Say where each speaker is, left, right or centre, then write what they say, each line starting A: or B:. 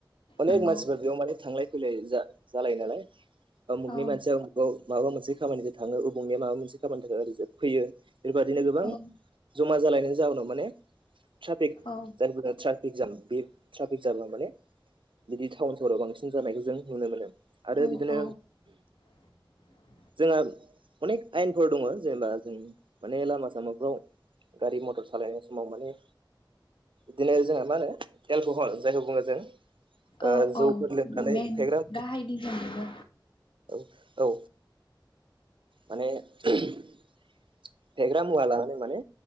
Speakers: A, on the right; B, on the left.
A: अनेक
B: नंगौ।
A: मानसिफोर बेयाव थांलाय फैलाय जालायो नालाय उमुगनि
B: औ
A: मानसिया उमुगाव माबा मोनसे खामानिजों थाङो अबंनिया माबा मोनसे खामानिओ फैयो बेफोरबायदिनो गोबां
B: औ
A: मा थालायनायनि जाउनाव माने ट्राफिक
B: औ
A: ट्राफिक जाम बे ट्राफिक जामा माने बिदि टाउन सहराव बांसिन जानायखौ जों नुनो मोनो आरो
B: औ
A: बिदिनो
B: <inaudible>
A: जोंहा अनेख आयेनफोर दङ जेनेबा जों माने लामा सामाफ्राव गारि मथर सालायनाय समाव माने बिदिनो जोंना मा होनो एलखहल जायखौ बुङो जों ओ
B: औ औ
A: जौफोर लोंनानै
B: मेन
A: फेग्रा
B: गाहाय दिजोन बेबो
A: औ औ माने फेग्रा मुवा लानानै माने